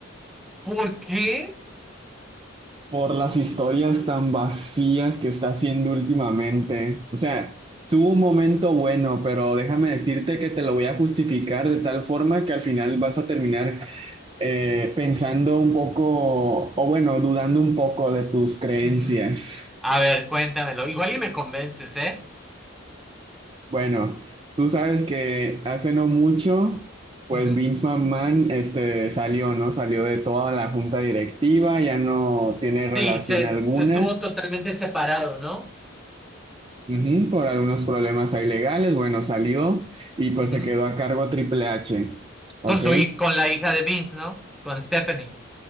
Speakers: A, in the centre; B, on the right (about 25°).
A: ¿Por qué?
B: por las historias tan vacías que está haciendo últimamente. O sea, tuvo un momento bueno, pero déjame decirte que te lo voy a justificar de tal forma que al final vas a terminar eh, pensando un poco, o bueno, dudando un poco de tus creencias.
A: Ujú. A ver, cuéntamelo. Igual y me convences, ¿eh?
B: Bueno, tú sabes que hace no mucho, pues
A: Ujú.
B: Vince McMahon este, salió, ¿no? Salió de toda la junta directiva, ya no
A: Sí,
B: tiene relación
A: se
B: alguna,
A: estuvo totalmente separado, no
B: ujú, por algunos problemas ahí legales, bueno, salió y pues
A: Ujú.
B: se quedó a cargo Triple H, ¿ok?
A: Con su hij- con la hija de Vince, ¿no? Con Stephanie.